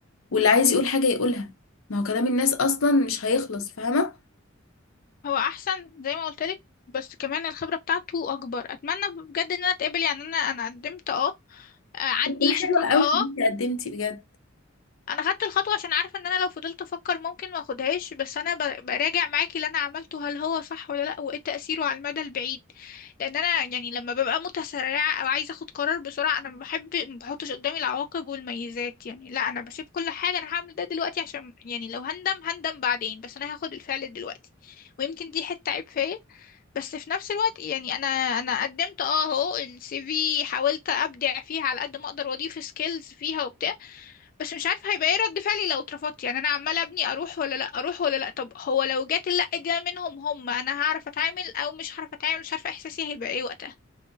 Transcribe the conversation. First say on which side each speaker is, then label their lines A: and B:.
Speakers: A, on the left; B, on the left.
A: واللي عايز يقول حاجه يقولها ما هو كلام الناس اصلا مش هيخلص فاهمه
B: هو احسن زي ما قلت لك بس كمان الخبره بتاعته اكبر اتمنى بجد ان انا اتقبل يعني انا انا قدمت اه آه، عندي
A: ده حلو
B: شكوك
A: قوي
B: اه
A: ان انت قدمتي بجد
B: انا خدت الخطوه عشان عارفه ان انا لو فضلت افكر ممكن ما اخدهاش بس انا ب- براجع معاكي اللي انا عملته هل هو صح ولا لا وايه تاثيره على المدى البعيد لان انا يعني لما ببقى متسرعه او عايزه اخد قرار بسرعه انا ما بحب ما بحطش قدامي العواقب والميزات يعني لا انا بسيب كل حاجه انا هعمل ده دلوقتي عشان يعني لو هندم هندم بعدين بس انا هاخد الفعل دلوقتي ويمكن دي حته عيب فيا بس في نفس الوقت يعني انا انا قدمت اه اهو السي في حاولت ابدع فيها على قد ما اقدر واضيف سكيلز فيها وبتاع بس مش عارفه هيبقى ايه رد فعلي لو اترفضت يعني انا عماله ابني اروح ولا لا اروح ولا لا طب هو لو جات اللا دي منهم هم انا هعرف اتعامل او مش هعرف اتعامل مش عارفه احساسي هيبقى ايه وقتها